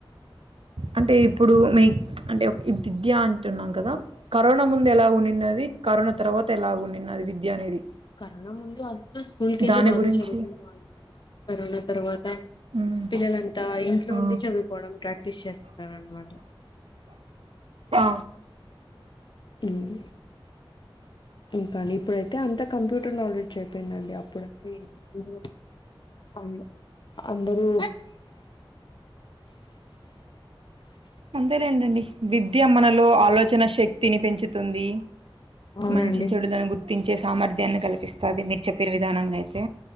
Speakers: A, on the right; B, on the left.
A: అంటే ఇప్పుడు మే అంటే విద్య అంటున్నాం కదా కరోనా ముందు ఎలా ఉండినది కరోనా తర్వాత ఎలా ఉండిన అది విద్య అనేది
B: కరోనా ముందు అంతా స్కూల్ కి వెళ్ళి
A: దాని
B: బాగా
A: గురించి
B: చదువుకునే వాళ్ళు కరోనా తర్వాత
A: హ్మ్.
B: పిల్లలంతా ఇంట్లో
A: ఆ!
B: ఉండి చదువుకోవడం ప్రాక్టీస్ చెస్ స్తాడు అన్న మాట
A: ఆ!
B: మ్ ఇంకా ని ఇప్పుడైతే అంత కంప్యూటర్ నాలెడ్జ్ అయిపోయిందండి అప్పుడుండి ఏమో అవునండి అందరూ
A: అంతేలేంటండి విద్య మనలో ఆలోచన శక్తిని పెంచుతుంది.
B: అవునండి
A: మంచి చెడులను గుర్తించే సామర్థ్యాన్ని కల్పిస్తాది మీరు చెప్పిన విధానంగా అయితే